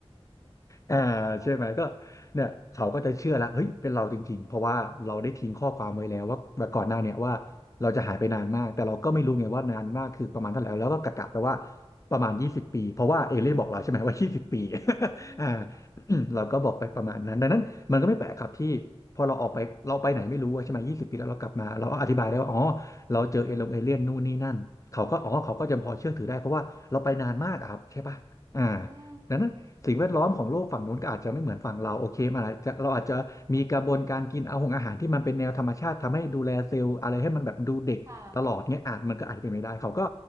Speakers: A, on the left (about 30°); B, on the right (about 30°).
A: อ่าใช่ไหมก็
B: โอ้
A: เนี่ยเขาก็จะเชื่อแล้วเฮ้ยเป็นเราจริงๆเพราะว่าเราได้ทิ้งข้อความไว้แล้วว่าว่าก่อนหน้าเนี่ยว่าเราจะหายไปนานมากแต่เราก็ไม่รู้ไงว่านานมากคือประมาณเท่าไหร่แล้วก็กะกะไปว่าประมาณยี่สิบปีเพราะว่าเอเลี่ยนบอกเราใช่ไหมว่ายี่สิบปี
B: อืม
A: <laughs> อ่า <clears throat>
B: ใช่
A: เราก็บอกไปประมาณนั้นดังนั้นมันก็ไม่แปลกครับที่พอเราออกไปเราไปไหนไม่รู้อะใช่ไหมยี่สิบปีแล้วเรากลับมาเราก็อธิบายได้ว่าอ๋อเราเจอเอลงเอเลี่ยนนู่นนี่นั่นเขาก็อ๋อเขาก็จะพอเชื่อถือได้เพราะว่าเราไปนานมากอะครับใช่ปะอ่า
B: อืม
A: ดังนั้น สิ่งแวดล้อมของโลกฝั่งนู้นก็อาจจะไม่เหมือนฝั่งเราโอเคมันอาจจะเราอาจจะมีกระบวนการกินเอาของอาหารที่มันเป็นแนวธรรมชาติทำให้ดูแลเซลล์อะไรให้มันแบบดูเด็กตลอดเนี้ยอ่ะมันก็อาจจะเป็นไม่ได้เขาก็
B: ค่ะ